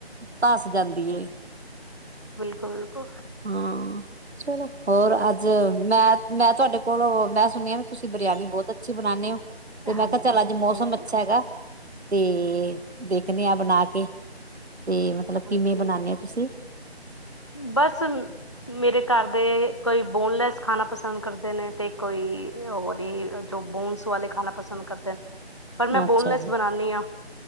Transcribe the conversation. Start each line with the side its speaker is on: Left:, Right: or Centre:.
Right: ਤਸ ਜਾਂਦੀ ਐ।
Left: ਬਿਲਕੁਲ-ਬਿਲਕੁਲ।
Right: ਹਾਂ। ਚਲੋ, ਹੋਰ ਅੱਜ ਮੈਂ ਮੈਂ ਤੁਹਾਡੇ ਕੋਲੋ, ਮੈਂ ਸੁਣਿਆ ਤੁਸੀਂ ਬਰਿਆਨੀ ਬਹੁਤ ਅੱਛੀ ਬਣਾਨੇ ਓ। ਤੇ ਮੈਂ
Left: ਹਾਂਜੀ
Right: ਕਿਹਾ ਚੱਲ ਅੱਜ ਮੌਸਮ
Left: ਥੈਂਕ
Right: ਅੱਛਾ
Left: ਯੂ
Right: ਹੈਗਾ ਤੇ ਦੇਖਦੇ ਆ ਬਣਾ ਕੇ, ਤੇ ਮਤਲਬ
Left: ਹਾਂਜੀ
Right: ਕਿਵੇਂ ਬਣਾਣੇ ਓ ਤੁਸੀਂ
Left: ਬਸ ਮੇਰੇ ਘਰ ਦੇ ਕੋਈ ਬੋਨਲੈਸ ਖਾਣਾ ਪਸੰਦ ਕਰਦੇ ਨੇ, ਤੇ ਕੋਈ ਹੋਰ ਹੀ ਜੋ ਬੋਨਸ ਵਾਲੇ ਖਾਣਾ ਪਸੰਦ ਕਰਦੇ
Right: <inaudible>
Left: ਪਰ ਮੈਂ ਬੋਨਲੈਸ
Right: ਅੱਛਾ ਜੀ
Left: ਬਣਾਉਦੀ ਹਾਂ।